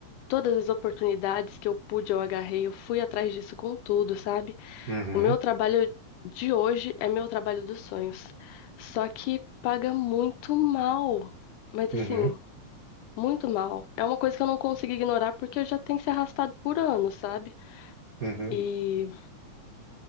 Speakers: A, on the left; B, on the right.
A: Todas as oportunidades que eu pude, eu agarrei, eu fui atrás disso com tudo, sabe?
B: Uhum.
A: O meu trabalho de hoje é meu trabalho dos sonhos. Só que paga muito mal. Mas
B: Uhum.
A: assim, muito mal. É uma coisa que eu não consigo ignorar porque eu já tenho se arrastado por anos, sabe?
B: Uhum.
A: E,